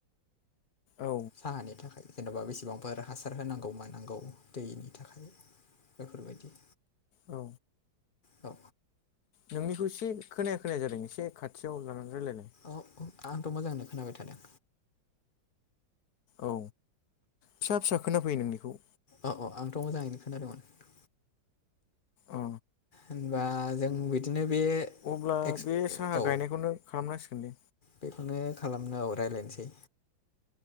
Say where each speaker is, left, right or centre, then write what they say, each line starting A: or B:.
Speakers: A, on the left; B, on the left.
A: औ
B: साहानि थाखाय जेने'बा बेसेबांफोर हासार होनांगौ मानांगौ दैनि थाखाय बेफोरबायदि
A: औ
B: औ
A: नोंनिखौ एसे खोनाया खोनाया जादों एसे खाथियाव लानानै रायजलायदों।
B: औ औ आंथ' मोजांनो खोनाबाय थादों।
A: औ फिसा फिसा खोनाफैयो नोंनिखौ
B: अ अ आंथ' मोजाङैनो खोनादों माथो नोंथां
A: अ
B: होनबा जों बिदिनो बे
A: अब्ला
B: एक्स
A: बे साहा
B: औ
A: गायनायखौनो खालामनांसिगोन दे
B: बेखौनो खालामनो औ रायज्लायनोसै